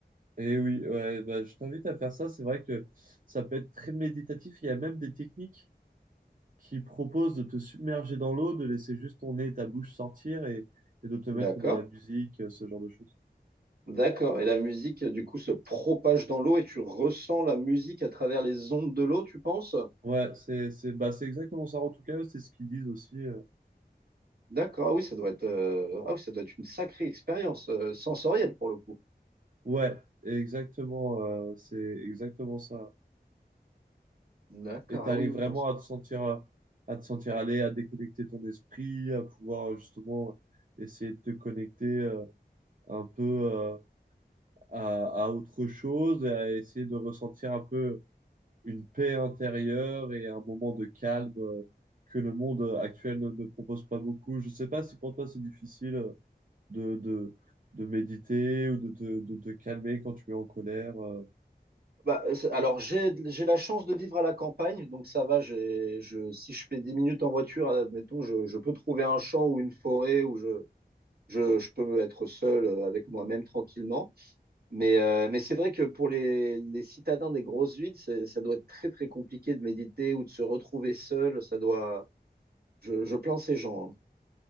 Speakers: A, on the right; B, on the right.
A: Et oui, ouais, bah, je t'invite à faire ça, c'est vrai que ça peut être très méditatif, il y a même des techniques qui proposent de te submerger dans l'eau, de laisser juste ton nez et ta bouche sortir et, et de te mettre
B: D'accord.
A: de la musique, euh, ce genre de choses.
B: D'accord. Et la musique, du coup, se propage dans l'eau et tu ressens la musique à travers les ondes de l'eau, tu penses?
A: Ouais, c'est c'est bah c'est exactement ça en tout cas, eux, c'est ce qu'ils disent aussi. euh.
B: D'accord. Ah oui, ça doit être, euh, ah oui, ça doit être une sacrée expérience euh, sensorielle pour le coup.
A: Ouais, exactement, euh, c'est exactement ça.
B: D'accord.
A: Et t'arrives
B: Ah oui, oui,
A: vraiment
B: non. c'est-
A: à te sentir euh, à te sentir aller, à déconnecter ton esprit, à pouvoir euh, justement essayer de te connecter euh, un peu euh, à, à autre chose et à essayer de ressentir un peu une paix intérieure et un moment de calme euh, que le monde euh, actuel ne, ne propose pas beaucoup. Je sais pas si pour toi c'est difficile. euh, de, de, de méditer ou de te de, te calmer quand tu es en colère. euh.
B: Bah, euh, c'est- alors, j'ai, j'ai la chance de vivre à la campagne, donc ça va. J'ai, je, si je fais 10 minutes en voiture, admettons, je, je peux trouver un champ ou une forêt où je, je, je peux être seul euh, avec moi-même tranquillement. Mais, euh, mais c'est vrai que pour les, les citadins des grosses villes, c'est- ça doit être très très compliqué de méditer ou de se retrouver seul. Ça doit. Je, je plains ces gens.